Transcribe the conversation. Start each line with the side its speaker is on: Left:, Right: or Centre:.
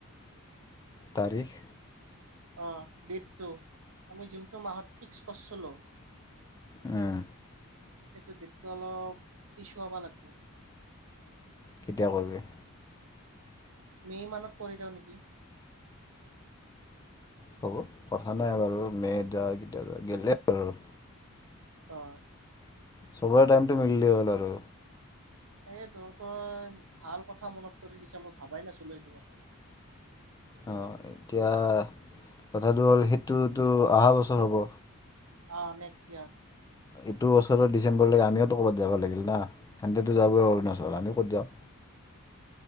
Left: তাৰিখ
Right: অ' ডেটটো আমি যোনটো মাহত ফিক্স কৰছিলোঁ।
Left: উম।
Right: সেইটো ডেটটো অলপ পিছোৱাব লাগব।
Left: কেতিয়া কৰিবি?
Right: মে' মানত কৰি দিওঁ নেকি?
Left: হ'ব, কথা নাই বাৰু। মে'ত যাওঁ, কেতিয়া যাওঁ গেলে আৰু।
Right: অ'।
Left: চবৰে টাইমটো মিললে হ'ল আৰু।
Right: সেয়েটো তই ভাল কথা মনত কৰি দিছা, মই ভাবাই নাছিলোঁ এইটো কথা।
Left: অঁ এতিয়া কথাটো হ'ল সেইটোতো অহা বছৰ হ'ব
Right: অ 'নেক্স ইয়াৰ
Left: এইটো বছৰ ডিচেম্বৰলৈকে আমিওতো ক'ৰবাত যাব লাগিল না, সেতেটো যাবই অৰুণাচল আমিও ক'ত যাওঁ